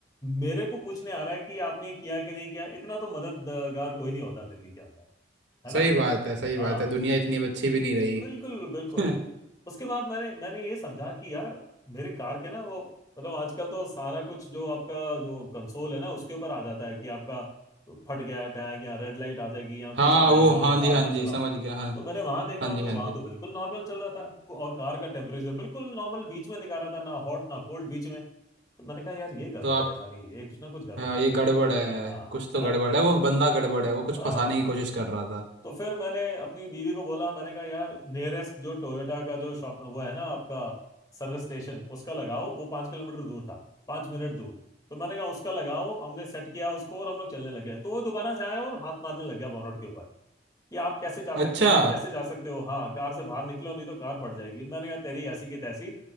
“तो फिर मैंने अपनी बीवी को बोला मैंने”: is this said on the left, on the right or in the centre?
Left